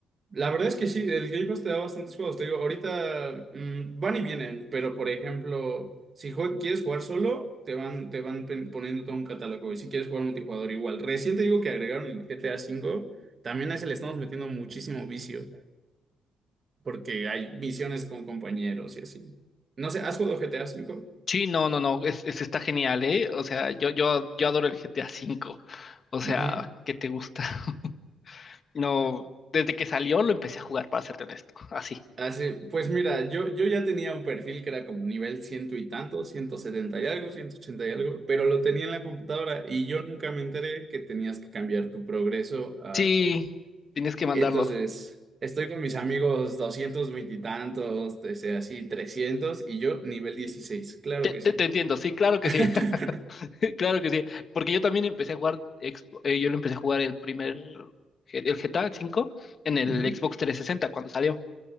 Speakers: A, on the right; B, on the left.
A: La verdad es que sí, el Game Pass te da bastantes juegos. Te digo, ahorita mm, van y vienen, pero por ejemplo, si jue- quieres jugar solo, te van, te van pen- poniendo todo un catálogo. Y si quieres jugar multijugador, igual. Recién te digo que agregaron el GTA V, también a ese le estamos metiendo muchísimo vicio, porque hay misiones con compañeros y así. No sé, ¿has jugado GTA V?
B: Sí, no, no, no, es, es- está genial, ¿eh? O sea, yo, yo, yo adoro el GTA V. O sea,
A: Ujú.
B: ¿qué te gusta? <laughs> No, desde que salió lo empecé a jugar, para serte honesto, así.
A: Así, pues mira, yo, yo ya tenía un perfil que era como nivel ciento y tanto, 170 y algo, 180 y algo, pero lo tenía en la computadora y yo nunca me enteré que tenías que cambiar tu progreso al
B: Sí,
A: del...
B: tienes que mandarlo.
A: Entonces, estoy con mis amigos 220 y tantos, ese, así 300 y yo nivel dieciséis claro
B: Te,
A: que sí.
B: te, te entiendo, sí, claro que
A: <laughs>
B: sí, <laughs> claro que sí. Porque yo también empecé a jugar, ex- eh, yo lo empecé a jugar el primer, G- el GTA V en el
A: Ujú.
B: Xbox 360 cuando salió.